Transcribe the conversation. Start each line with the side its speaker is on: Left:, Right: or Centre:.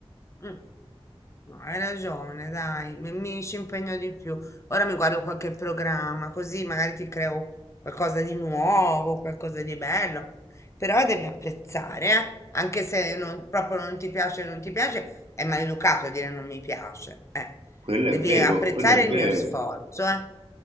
Left: Mm. No, hai ragione, dai, mi, mi ci impegno di più. Ora mi guardo qualche programma, così magari ti creo qualcosa di nuovo, qualcosa di bello. Però devi apprezzare, eh? Anche se non- proprio non ti piace, non ti piace, è maleducato dire non mi piace. Eh.
Right: Quello
Left: Devi
Right: è vero,
Left: apprezzare
Right: quello è vero.
Left: il mio sforzo, eh?